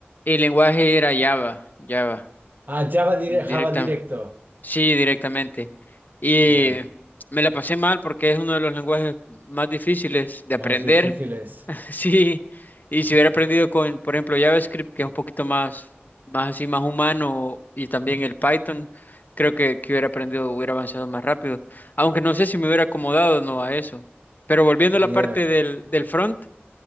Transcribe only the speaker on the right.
Ah, Java, dire-
Java directo.
Ya.
Más
difíciles.
Ya.